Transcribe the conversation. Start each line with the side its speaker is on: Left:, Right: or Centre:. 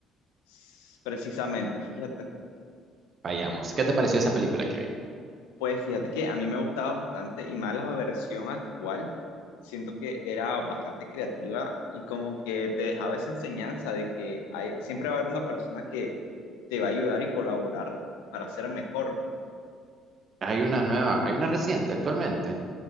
Left: S- Precisamente, fíjate.
Right: Vayamos. ¿Qué te pareció esa película, Kevin?
Left: Pues fíjate que a mí me gustaba bastante y más la versión actual. Siento que era bastante creativa y como que te dejaba esa enseñanza de que hay, siempre va a haber una persona que te va a ayudar y colaborar para ser mejor.
Right: Hay una nueva, hay una reciente actualmente.